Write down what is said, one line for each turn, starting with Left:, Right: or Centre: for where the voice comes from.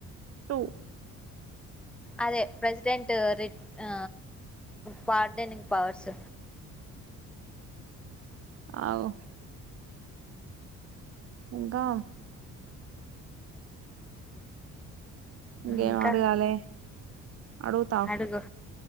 Right: two
Centre: అదే ప్రెసిడెంట్ రీ ఆ పాట్దేన్నికు పవర్స్
Right: అవు ఇంకా ఇంగేం
Centre: ఇంకా
Right: అడుగాలే అడుగుతాఅగు
Centre: అడుగు